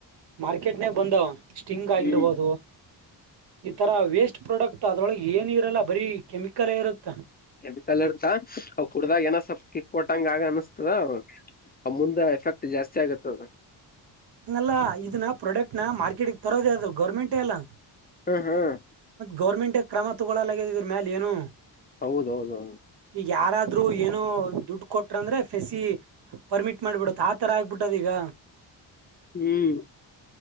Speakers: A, on the right; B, on the left.
A: ಮಾರ್ಕೆಟ್ನಾಗ ಬಂದಾವ ಸ್ಟಿಂಗ್ ಆಗಿರಬಹದು
B: ಹ್ಮ್
A: ಈತರ ವೇಸ್ಟ್ ಪ್ರಾಡಕ್ಟ್ ಅದ್ರೊಳಗೆ ಏನು ಇರಲ್ಲ ಬರೀ ಕೆಮಿಕಲ್ ಮಿಕ್ಕಲೆ ಇರುತ್ತಾ
B: ಕೆಮಿಕಲ್ ಇರ್ತ ಅವ ಕುಡ್ದಾಗ ಏನ ಸ್ವಲ್ಪ ಕಿಕ್ ಕೊಟ್ಟಂಗ ಆಗ ಅನಸ್ತದ ಅವ ಆ ಮುಂದ ಎಫೆಕ್ಟ್ ಜಾಸ್ತಿ ಆಗತ್ತದ
A: ಹಂಗಲ್ಲ ಇದನ್ನ ಪ್ರಾಡಕ್ಟ್ ನ ಮಾರ್ಕೆಟ್ಗ್ ತರೋದೇ ಆದದು ಗೌರ್ಮೆಂಟ್ ಟಲ
B: ಹ್ಮ್ ಹ್ಮ್
A: ಗೌರ್ಮೆಂಟ್ ಕ್ರಮ ತಗೊಳ್ಳಲ್ಲಗಿದ್ರ ಮ್ಯಾಲ ಏನು
B: ಹೌದೌದೌದು
A: ಈಗ ಯಾರಾದ್ರೂ ಏನೋ ದುಡ್ಡು ಕೊಟ್ರ ಅಂದ್ರೆ ಫೆಸಿ ಪರ್ಮಿಟ್ ಮಾಡ್ಬಿಡುತ್ತ ಆತರ ಆಗ್ಬಿಟ್ಟ ಕೊಟ್ಟದಿಗ
B: ಹ್ಮ್